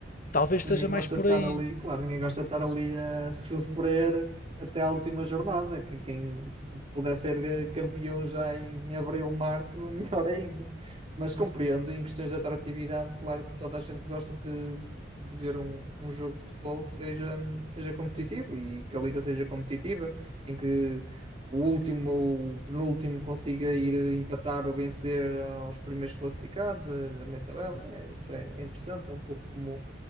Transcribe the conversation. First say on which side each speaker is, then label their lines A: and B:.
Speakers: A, on the left; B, on the right.
A: Talvez
B: Ninguém
A: seja mais
B: gosta
A: por
B: de estar
A: aí.
B: ali, claro, ninguém gosta de estar ali a sofrer até à última jornada. Quem, quem se puder ser eh, campeão já em, em abril, março, <laughs> melhor ainda. Mas compreendo, em questões de atratividade, claro que toda a gente gosta de, de ver um, um jogo de futebol que seja, seja competitivo e que a liga seja competitiva, em que o último ou o penúltimo consiga ir empatar ou vencer aos primeiros classificados da, da meia tabela. É, isso é, é interessante, é um pouco como